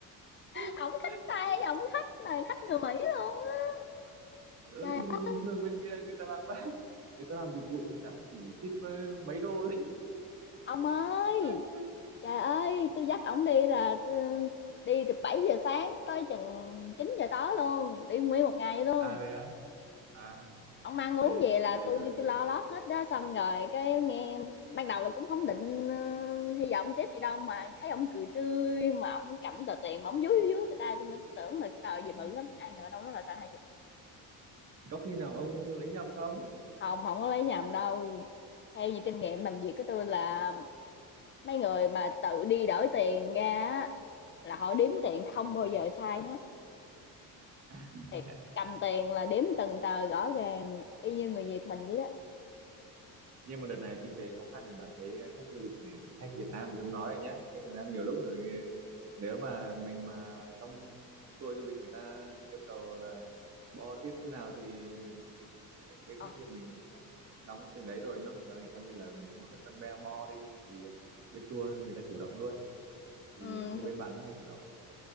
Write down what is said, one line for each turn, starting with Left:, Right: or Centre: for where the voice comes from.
Right: <laughs>
Left: Ổng khách Tây, ổng khách này, khách người Mỹ luôn á.
Right: ừ,
Left: Trời
Right: thì
Left: ơi,
Right: bình thường bên kia người ta làm ba người ta làm dịch vụ người ta cũng chỉ tip ờ, mấy đô thôi
Left: ông ơi,
Right: <laughs>
Left: trời ơi, tôi dắt ổng đi là ừ, đi từ 7 giờ sáng tới chừng 9 giờ tối luôn, đi nguyên một ngày vậy luôn.
Right: à vậy á à
Left: Ông ăn uống
Right: thầy
Left: vậy là
Right: thầy
Left: tôi
Right: ừ.
Left: tôi lo lót hết đó, xong rồi cái nghe ban đầu là cũng không định, ơ, hy vọng tiếp gì đâu mà thấy ông cười tươi, mà ông cầm tờ tiền mà ổng dúi, dúi, dúi tay tôi nên tôi tưởng là tờ gì
Right: ừ.
Left: bự lắm, ai ngờ đâu nó là tờ hai chục
Right: có khi nào ông lấy nhầm không
Left: Hông, không có lấy nhầm đâu. Theo như kinh nghiệm làm việc của tôi là mấy người mà tự đi đổi tiền ra á, là họ đếm tiền không
Right: ừ.
Left: bao giờ sai hết,
Right: <laughs> à,
Left: thiệt,
Right: vậy à.
Left: cầm tiền là đếm từng tờ rõ ràng y như người Việt mình vậy đó.
Right: nhưng mà đợt này kinh tế khó khăn thì bạn thấy ờ, khách du lịch ờ, khách Việt Nam thì không nói rồi nhá khách Việt Nam nhiều lúc rồi nếu mà mình mà trong tour du lịch người ta yêu cầu là bo tiếp thế nào thì bên bên
Left: Ờ,
Right: khách Việt mình vẫn ờ, sẽ đóng từng đấy rồi nhá đó thì coi như là mình không có thói quen be bo đi thì bên tour người ta chủ động luôn thì
Left: ừm,
Right: như bên bạn có hay chủ động không